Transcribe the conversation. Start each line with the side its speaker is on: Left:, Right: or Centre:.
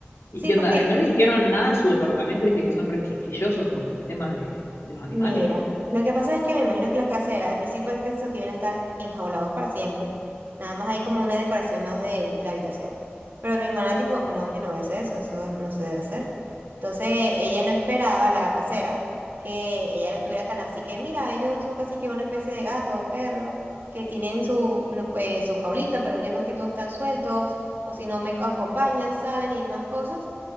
Left: ¿Y
Right: Sí,
Left: qué
Right: porque,
Left: onda? Eh, ¿No le dijeron nada en su departamento? ¿Viste que son re quisquillosos con el tema de, de los animales?
Right: mira, lo que pasa es que me imagino que las caseras al principio pensó que iban a estar enjaulados para siempre. Nada más hay como una decoración más de la habitación. Pero mi hermana, tipo, no, yo no voy a hacer eso, eso no se debe hacer. Entonces, ella no esperaba, la casera, que ella lo tuviera tan así que, mira, ellos son casi que una especie de gato o perro, que tienen su, no, pues, su jaulita, pero ellos más que todo están sueltos, o si no me acompañan, salen y demás cosas.